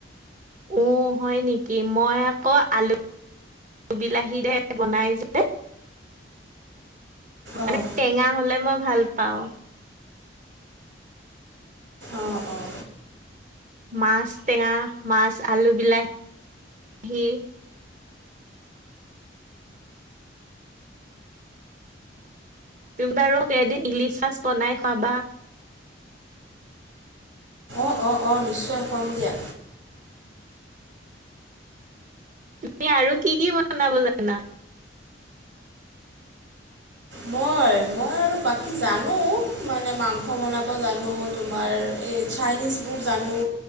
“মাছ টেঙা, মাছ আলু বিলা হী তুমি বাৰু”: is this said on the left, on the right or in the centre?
Right